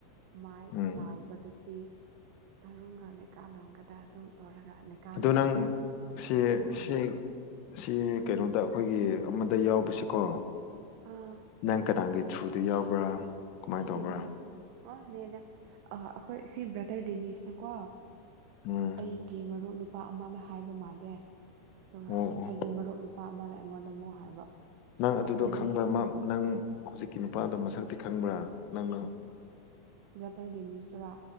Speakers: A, on the right; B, on the left.
A: ꯃꯥꯏ
B: ꯎꯝ
A: ꯂꯥꯎꯑꯣꯕꯗꯤ ꯇꯔꯨꯡꯒ ꯅꯤꯀꯥꯂꯣꯝꯒꯗ ꯑꯗꯨꯝ ꯇꯧꯔꯛ ꯅꯠꯇꯔꯒ ꯅꯤꯀꯥ
B: ꯑꯗꯨ
A: ꯂꯣꯡꯅ
B: ꯅꯪ
A: ꯉꯝꯈ꯭ꯔꯦ
B: ꯁꯤ
A: ꯍꯥꯏꯅ
B: ꯁꯤ ꯁꯤ ꯀꯩꯅꯣꯗ ꯑꯩꯈꯣꯏꯒꯤ ꯑꯃꯗ ꯌꯥꯎꯕꯁꯤꯀꯣ
A: ꯑꯥ
B: ꯅꯪ ꯀꯥꯅꯥꯒꯤ ꯊ꯭ꯔꯨꯗ ꯌꯥꯎꯕ꯭ꯔꯥ ꯀꯃꯥꯏꯅ ꯇꯧꯕ꯭ꯔꯥ
A: ꯗꯤꯅꯦꯁꯇꯥ ꯑꯅꯤꯅꯦ ꯑ ꯑꯩꯈꯣꯏ ꯁꯤ ꯕ꯭ꯔꯗꯔ ꯗꯦꯅꯤꯁꯅꯀꯣ
B: ꯎꯝ
A: ꯑꯩꯒꯤ ꯃꯔꯨꯞ ꯅꯨꯄꯤ ꯅꯨꯄꯥ ꯑꯃꯅ ꯍꯥꯏꯕ ꯃꯥꯜꯂꯦ ꯑꯗꯨꯒ
B: ꯑꯣ ꯑꯣ
A: ꯑꯩꯒꯤ ꯃꯔꯨꯞ ꯅꯨꯄꯥ ꯅꯨꯄꯥ ꯑꯃꯅ ꯑꯩꯉꯣꯟꯗ ꯑꯃꯨꯛ ꯍꯥꯏꯕ
B: ꯅꯪ ꯑꯗꯨꯗꯣ
A: ꯑꯗ ꯑꯩꯗꯤ
B: ꯈꯪꯕ꯭ꯔꯥ ꯅꯪ ꯍꯧꯖꯤꯛꯀꯤ ꯅꯨꯄꯥꯗꯣ ꯃꯁꯛꯇꯤ ꯈꯪꯕ꯭ꯔꯥ ꯅꯪ
A: ꯕ꯭ꯔꯗꯔ ꯗꯤꯅꯦꯁ ꯇꯨꯔꯥ